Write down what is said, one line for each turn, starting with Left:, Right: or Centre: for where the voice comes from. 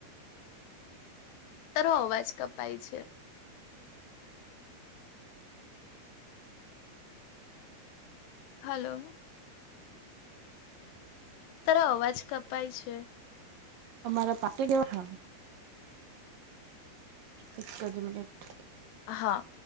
Left: તારો અવાજ કપાય છે. હલો તારો અવાજ કપાય છે.
Right: અમારે <unintelligible> એક જ મિનિટ
Left: હા